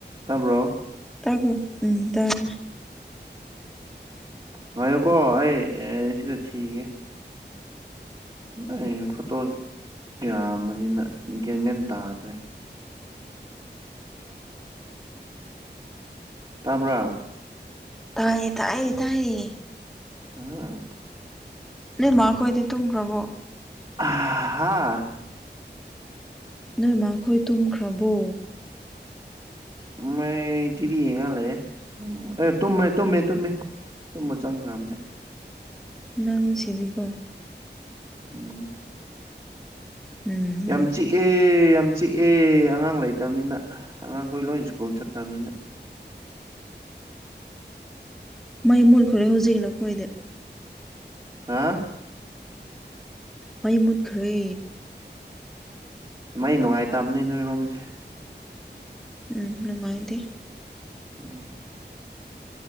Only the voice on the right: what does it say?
ꯇꯥꯕ꯭ꯔꯣ?
ꯉꯥꯢꯌꯣꯀꯣ ꯑꯩ ꯑꯦ ꯁꯤꯗ ꯊꯤꯒꯦ꯫ <unintelligible> ꯐꯣꯇꯣꯁꯨ ꯌꯥꯝꯕꯅꯤꯅ ꯒꯦꯟꯃꯦꯟ ꯇꯥꯗ꯭ꯔꯦ꯫ ꯇꯥꯕ꯭ꯔꯥ?
ꯑꯥ
<unintelligible> ꯍꯥꯥ
ꯃꯩ ꯇꯤꯚꯤ ꯌꯦꯡꯉ ꯂꯩꯌꯦ꯫ ꯑꯦ ꯇꯨꯝꯃꯦ ꯇꯨꯝꯃꯦ ꯇꯨꯝꯃꯦ ꯇꯨꯝꯕ ꯆꯪꯈ꯭ꯔꯕꯅꯦ꯫
ꯎꯝ
ꯌꯥꯝ
ꯆꯤꯛ ꯑꯦ ꯌꯥꯝ ꯆꯤꯛꯑꯦ ꯑꯉꯥꯡ ꯂꯩꯇꯕꯅꯤꯅ ꯑꯉꯥꯡꯈꯣꯏ ꯂꯣꯏ ꯁ꯭ꯀꯨꯜ ꯆꯠꯈ꯭ꯔꯕꯅꯤꯅ꯫
ꯍꯥ
ꯃꯩ ꯅꯨꯉꯥꯏꯇꯝꯅꯦ ꯅꯣꯏꯔꯣꯝꯁꯦ꯫
ꯎꯝ